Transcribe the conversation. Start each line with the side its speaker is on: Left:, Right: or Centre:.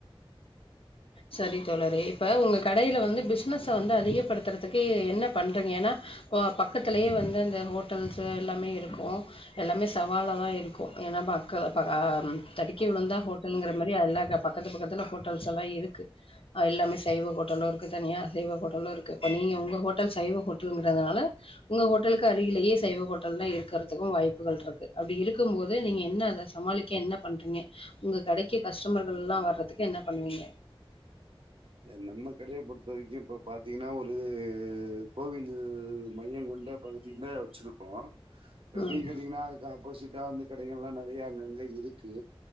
Left: சரி தோழரே இப்ப உங்க கடைல வந்து பிஸ்னஸ வந்து அதிகப்படுத்துறதுக்கு என்ன பண்றீங்க ஏன்னா இப்ப பக்கத்திலேயே வந்து அந்த ஹோட்டல்ஸ் எல்லாமே இருக்கு எல்லாமே சவாலாதா இருக்கு ஏன்னா மக்களா <unintelligible> தடுக்கி விழுந்தா ஹோட்டல்ங்கிற மாரி எல்லா பக்கத்து பக்கத்துல ஹோட்டல்ஸ் எல்லா இருக்கு அ எல்லாமே சைவஹோட்டலு இருக்கு தனியா அசைவஹோட்டலு இருக்கு நீங்க உங்க ஹோட்டல் சைவ ஹோட்டலுங்கறதுனால ஒங்க ஹோட்டலுக்கு அருகிலேயே சைவ ஹோட்டல்லா இருக்கிறதுக்கு வாய்ப்புகள் இருக்கு அப்டி இருக்கும் போது நீங்க என்ன அத சமாளிக்க என்ன பண்றீங்க உங்க கடைக்கு கஸ்டமர்கள்ல்லா வர்றதுக்கு என்ன பண்ணுவீங்க
Right: இல்ல நம்ம கடைய பொருத்த வரைக்கு இப்போ பாத்தீங்கன்னா ஒரு கோவிலு மையங்கொண்ட பகுதியில வச்சுருக்கோ எப்டின்
Left: ம்
Right: கேட்டீங்கன்னா அதுக்கு ஆப்போசிட்டா அந்த கடைகள்லா நெறைய அங்கங்க இருக்கு